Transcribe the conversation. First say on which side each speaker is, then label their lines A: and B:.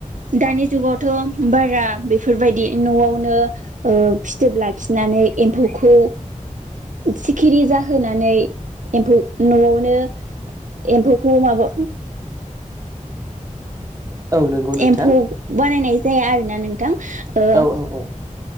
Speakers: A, on the right; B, on the right.
A: दानि जुगावथ' बारा बेफोरबायदि न'आवनो फिथोब लाखिनानै एम्फौखौ सिखिरि जाहोनानै एम्फौ न'आवनो एम्फौखौ माबा
B: औ नंगौ नोंथां
A: एम्फौ बानायनाय जाया आरोना नों थां ओ
B: औ औ औ